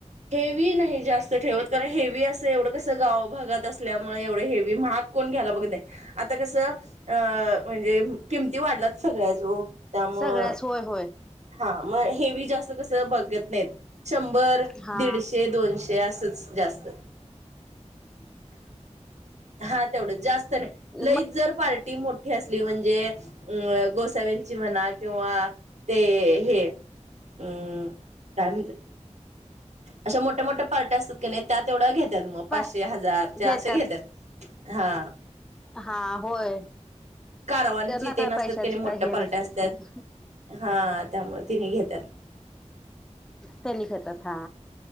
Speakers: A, on the right (about 70°); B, in the centre.
A: हेवी नाही जास्त ठेवत, कारण हेवी असं एवढं कसं गाव भागात असल्यामुळे एवढे हेवी महाग कोण घ्यायला बघत नाही आता कसं अ म्हणजे किमती वाढलात सगळ्यांच्या ओ. त्यामुळं
B: सगळ्याच होय होय
A: हा. मग हेवी जास्त कस बघत नाहीत शंभर,
B: हा
A: दिडशे. ते दोनशे असच जास्त. हा तेवढंच जास्त नाही लई
B: मग
A: जर पार्टी मोठी असली, म्हणजे अ गोसाव्यांची म्हणा, किंवा ते हे अम्म काय म्हणतात? अशा मोठ्या मोठ्या पार्ट्या असतात क नाय, त्या तेवढ्या घेत्यात म
B: पा
A: पाचशे हजार च्या
B: घेतात
A: अशा घेत्यात‌. हा
B: हा, होय,
A: कारवांची
B: त्यांना
A: ते
B: काय
A: नसतात
B: पैशाची
A: की नाही
B: काय
A: मोठ्या
B: हे
A: पार्ट्या
B: नसत्या
A: असतात
B: त्याज्या
A: हा, त्यामुळ तिनी घेत्यात.
B: त्यानी घेतात, हा